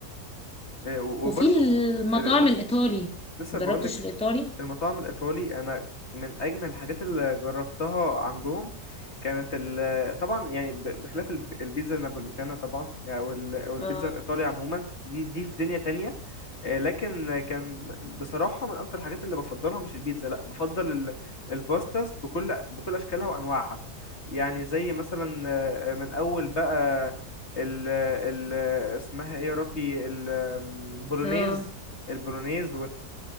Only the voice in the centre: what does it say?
وفي المطاعم
الايطالي
مجربتش
الايطالي
اه
اه